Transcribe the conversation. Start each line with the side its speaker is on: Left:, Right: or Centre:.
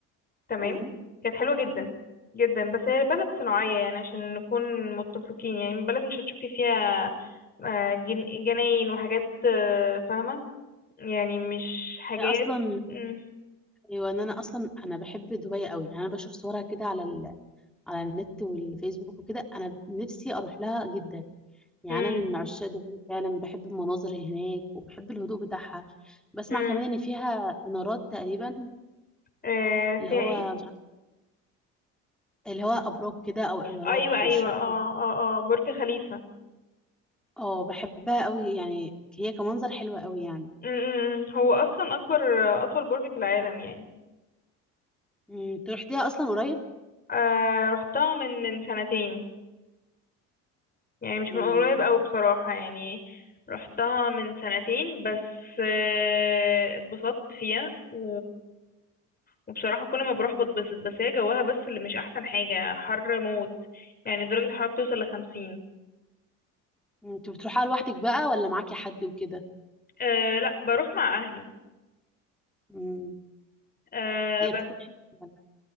Left: تمام
Centre: مم.
Left: كانت حلوة جدا
Centre: مم.
Left: جدا بس هي بلد صناعية يعني عشان نكون متفقين يعني بلد مش هتشوفي فيها آه، جن- جناين وحاجات آه، فاهمة يعني مش حاجات
Centre: انا اصلا
Left: مم،
Centre: ايوه إن انا اصلا انا بحب دبي قوي يعني انا بشوف صورها كده على ال... على النت والفيسبوك وكده انا نفسي اروح لها جدا يعني
Left: مم،
Centre: انا من عشاق دبي فعلا بحب المناظر هناك وبحب الهدوء بتاعها بسمع
Left: مم.
Centre: كمان ان فيها انارات تقريبا
Left: آه، فيها
Centre: اللي هو
Left: ايه
Centre: مش عارف- اللي هو ابراج كده او انارات
Left: ايوه ايوه
Centre: مش فاكره
Left: اه اه اه برج خليفة
Centre: اه بحبها قوي يعني هي كمنظر حلوه قوي يعني
Left: مم، مم، مم. هو اصلا اكبر آه، اطول برج في العالم يعني
Centre: مم، تروح ليها اصلا قريب
Left: آه، رحتها من من سنتين يعني مش
Centre: مم.
Left: من قريب أوي بصراحة يعني رحتها من سنتين بس آه، اتبسطت فيها و... وبصراحة كل ما بروح بتبسط بس هي جواها بس اللي مش أحسن حاجة حر موت يعني درجة الحرارة بتوصل لخمسين
Centre: مم، انت بتروحها لوحدك بقى ولا معاكي حد وكده
Left: أه لا بروح مع أهلي
Centre: امم
Left: أه
Centre: هي
Left: بس
Centre: بتكونش فعلا.